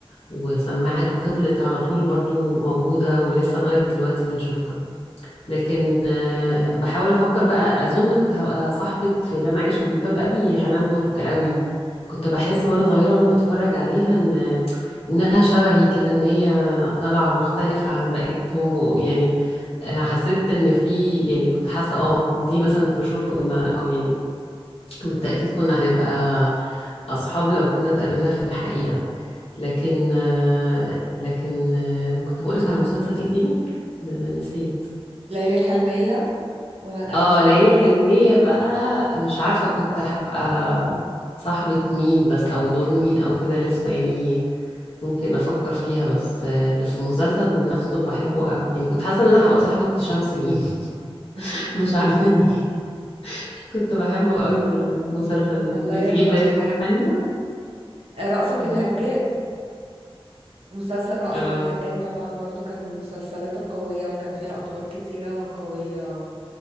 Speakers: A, on the left; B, on the right.
A: وسمعت وفضلت على طول برضو موجودة ولسه لغاية دلوقتي بنشوفها لكن آه بحاول أفكر بقى أظن كنت هبقى صاحبة في لن أعيش في جلباب أبي حنان ترك قوي كنت بحس وأنا
B: مم.
A: صغيرة وأنا بتفرج عليها إن إنها شبهي كده إن هي طالعة مختلفة عن بقيتهم ويعني آه، حسيت ان في يعني كنت حاسه اه دي مثلا في شهور كنا او يعني بالتأكيد كنا هنبقى أصحاب لو كنا اتقابلنا في الحقيقة لكن آه، لكن آه، كنت بقولك على مسلسل ايه تاني ده- نسيت
B: ليلى الحلمية ولن أعيش
A: اه
B: في
A: ليالي
B: جلباب
A: الحلمية
B: أبي
A: بقى مش عارفة كنت هبقى صاحبة مين بس أو دور مين أو كده لسه يعني ممكن أفكر فيها بس آه، بس المسلسل نفسه بحبه قوي يعني كنت حاسة إن أنا هبقى صاحبة هشام سليم
B: <laughs>
A: <laughs> مش عارفة ليه <laughs> كنت بحبه قوي في المسلسل
B: مم.
A: ده
B: الله
A: انت
B: يرحم
A: جيب بالك حاجة تانية؟
B: آه، رأفت
A: الله
B: الهجان
A: يرحمه
B: مسلسل رأفت
A: اه
B: الهجان طبعا برضو كان من المسلسلات القوية وكان فيها أدوار كتيرة قوية